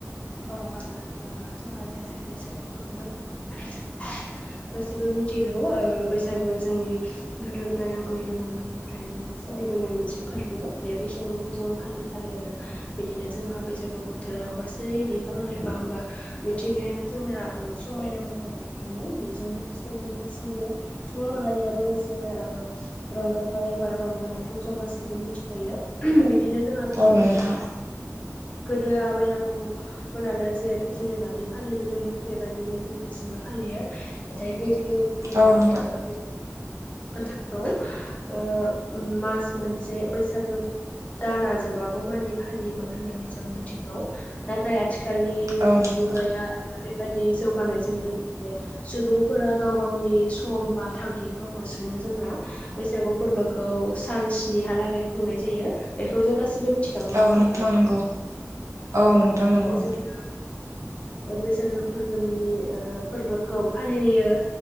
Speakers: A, on the left; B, on the right.
A: औ हागोन ओ जोंहा जेरै बैसागो फोरबो होनना बुङोब्ला जों। गासिबो मिथिगौ ओ बैसागोआ जोंनि गोदो गोदाय आबै आबौमोननिफ्रायनो फालिबोनाय मोनसे फोरबो बे बैसागु। जों फालिथारो आरो बिदिनो जोंहा बैसागु बोथोराव गासै बिफां लाइफां बा मिथिंगायानो जोंनिया ओ। समायना महर लाखाङो बेजों लोगोसे जों गासैबो सुबुं माहारियाबो एसे ओ रंजाथाइ बा रंजानायखौ जों गासैबो मिथिखायो बि बिदिनो जोंहा बैसागुखौ
B: औ नोंथां
A: गोदो आबै-आबौ मोनानो जे जेरैबादि फालिबोदोंमोन बेबादिनो जों दासिमबो फालियो नाथाय गोदो।
B: औ
A: <unintelligible>
B: नोंथां
A: बोथोरखौ ओ मास मोनसे बैसागु। दाना जोबागौ मानि फालियोमोन होननानै जों मिथिगौ नाथाय आथिखालनि
B: औ नोंथां
A: मुगाया बादि जौगानायजों लोगोसे सुबुंफोरा गाव गावनि सम बा थांखिखौ होसोनो। जोंहा बैसागु फोरबोखौ सान स्निहालागै खुंनाय जायो बेखौ जों गासिबो मिथिखागौ
B: औ
A: नङा
B: नोंथां
A: होमबा
B: नंगौ
A: अ
B: औ नोंथां
A: बिदिनो
B: नंगौ।
A: जों <inaudible> बैसागो फोरबोनि ओ फोरबोखौ फालियो